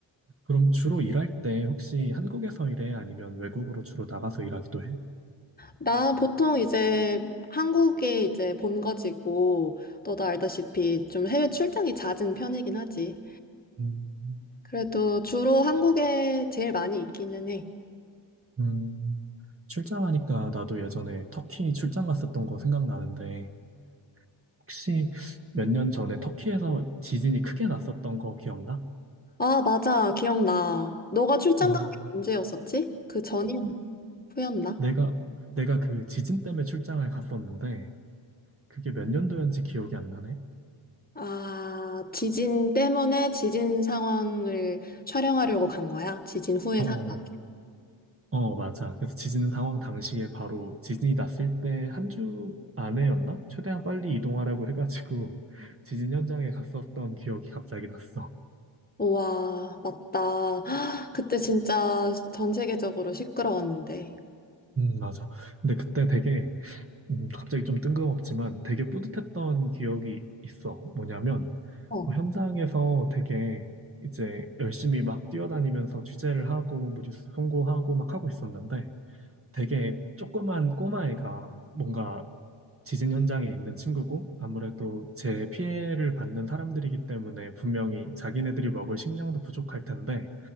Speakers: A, on the right; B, on the left.
A: 그럼 주로 일할 때 혹시 한국에서 일해? 아니면 외국으로 주로 나가서 일하기도 해?
B: 나 보통 이제 한국에 이제 본거지고, 너도 알다시피 좀 해외 출장이 잦은 편이긴 하지.
A: 음,
B: 그래도 주로 한국에 제일 많이 있기는 해.
A: 음, 출장하니까 나도 예전에 터키 출장 갔었던 거 생각나는데 혹시 몇 년 전에 터키에서 지진이 크게 났었던 거 기억나?
B: 아, 맞아. 기억나. 너가 출장
A: 어,
B: 간 게 언제였었지? 그 전이었나? 후였나?
A: 내가 내가 그 지진 때문에 출장을 갔었는데 그게 몇 년도였는지 기억이 안 나네.
B: 아, 지진 때문에 지진 상황을 촬영하려고 간 거야? 지진 후의
A: 어,
B: 상황?
A: 어, 어, 맞아. 그래서 지진 상황 당시에 바로 지진이 났을 때 한 주 안에였나? 최대한 빨리 이동하라고 해가지고 <laughs> 지진 현장에 갔었던 기억이 갑자기 났어.
B: 우와, 맞다. <gasps> 헉, 그때 진짜 전 세계적으로 시끄러웠는데.
A: 음, 맞아. 근데 그때 되게 음, 갑자기 좀 뜬금없지만 되게 뿌듯했던 기억이 있어. 뭐냐면,
B: 어.
A: 어, 현장에서 되게 이제 열심히 막 뛰어다니면서 취재를 하고, 뭐 뉴스 송고하고 막 하고 있었는데, 되게 조그만 꼬마애가 뭔가 지진 현장에 있는 친구고, 아무래도 제 피해를 받는 사람들이기 때문에 분명히 자기네들이 먹을 식량도 부족할 텐데,